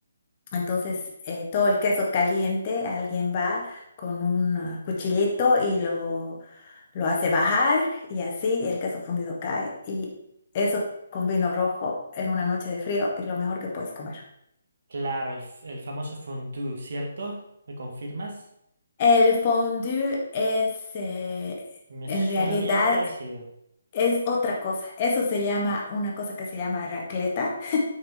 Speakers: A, on the left (about 30°); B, on the right (about 50°).
A: Entonces eh, todo el queso caliente, alguien va con un ah, cuchillito y lo, lo hace bajar y así el queso fundido cae. Y eso con vino rojo en una noche de frío es lo mejor que puedes comer.
B: Claro, el, f- el famoso fondue, ¿cierto? ¿Me confirmas?
A: El fondue es, eh,
B: Me
A: en
B: suena
A: realidad,
B: bien parecido.
A: es otra cosa. Eso se llama, una cosa que se llama racleta,